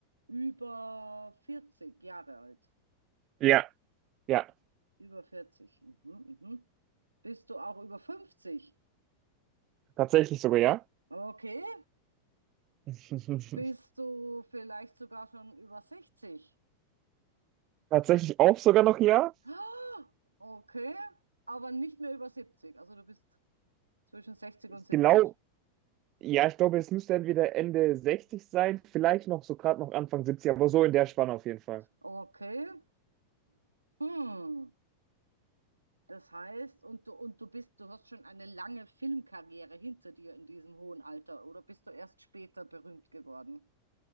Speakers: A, on the right; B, on the right.
A: über 40 Jahre alt?
B: Ja. Ja.
A: Über vierzig? Mhm, mhm. Bist du auch über 50?
B: Tatsächlich sogar ja.
A: Okay.
B: <laughs>
A: Bist du vielleicht sogar schon über 60?
B: Tatsächlich auch sogar noch ja.
A: <gasps> Ah, Okay. Aber nicht mehr über 70. Also du bist zwischen 60 und siebzig.
B: Genau Ja, ich glaube, es müsste entweder Ende 60 sein, vielleicht noch so gerade noch Anfang 70, aber so in der Spanne auf jeden Fall.
A: Okay. Mhm. Das heißt, und du, und du bist, du hast schon eine lange Filmkarriere hinter dir in diesem hohen Alter, oder bist du erst später berühmt geworden?